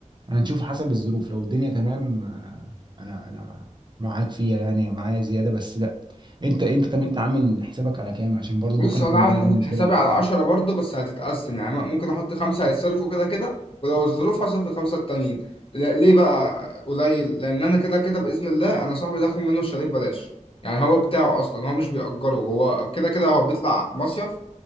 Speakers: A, on the right (about 35°); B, on the left (about 45°).
A: هنشوف حسب الظروف لو الدنيا تمام آه، انا انا معاك فيها يعني معايا زياده بس لا انت انت طب انت عامل حسابك على كام عشان برضو
B: بص
A: ممكن
B: هو
A: اكون
B: انا عامل
A: ده بالنسبه
B: حسابي
A: لي مساعد
B: على 10 برضه بس هتتقسم يعني ممكن احط خمسه هيتصرفوا كده كده ولو الظروف هصرف الخمسه التانيين لا- ليه بقى قليل لان انا كده كده باذن الله انا صاحبي ده اخد منه الشاليه ببلاش يعني هو بتاعه اصلا هو مش بيأجره هو كده كده هو بيطلع مصيف